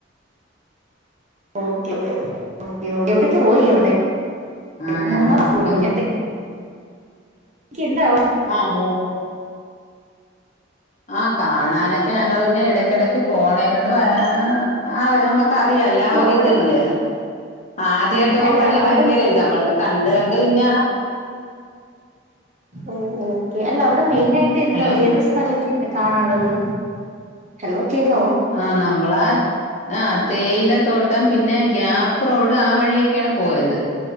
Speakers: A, on the right; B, on the left.
A: ഓക്കെ <unintelligible> എവടെക്കെ പോയി എവടെ
B: ആഹ്
A: <unintelligible>
B: ഞങ്ങ
A: മൂന്നാസ് പോയിട്ടോള്ളു
B: പിന്നെ
A: എന്തെക്കെയിണ്ട് അവ
B: ആഹ് മോ ആഹ് കാണാനെക്കെ ഞങ്ങള് പിന്നെ എടക്കിടക്ക് പോണേക്കൊണ്ട് വാ ആവേ നമ്മക്ക് പ്പറിയല്ലാ
A: അല്ല
B: ആ ഒരു
A: അവിടെ
B: ഇതില്ല ആദ്യായിട്ട്
A: ഓക്കെ
B: പോവുമ്പഴല്ലേ
A: അല്ല അവിടെ
B: ഭയങ്കര ഇത് അമ്മള്ക്ക് കണ്ട് കണ്ട് പിന്നെ
A: ഓഹ് ഓക്കേ അല്ല അവടെ മെയിനായിട്ട് എന്താ
B: ഹലോ
A: ഏത് സ്ഥലക്ക്യാ കാണാന്ള്ളത് ഹലോ കേക്കാവോ
B: ആഹ് നമ്മളെ ആഹ് തേയിലത്തോട്ടം പിന്നെ ഗ്യാപ്പ് റോഡ് ആ വഴിയെക്കേണ് പോയത്